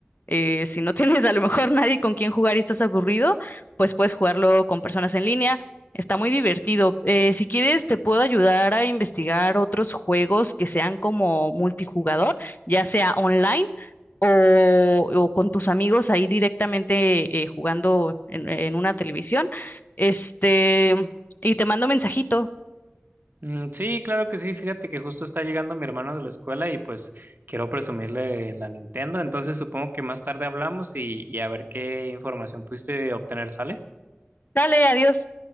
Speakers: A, on the left; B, on the right.
A: Eh, si no tienes a lo mejor nadie con quien jugar y estás aburrido, pues puedes jugarlo con personas en línea. Está muy divertido. Eh, si quieres, te puedo ayudar a investigar otros juegos que sean como multijugador, ya sea online o, o con tus amigos ahí directamente eh, jugando en, en una televisión. Este, y te mando mensajito.
B: Mm, sí, claro que sí. Fíjate que justo está llegando mi hermano de la escuela y pues quiero presumirle la Nintendo. Entonces supongo que más tarde hablamos y, y a ver qué información pudiste obtener, ¿sale?
A: Sale, adiós.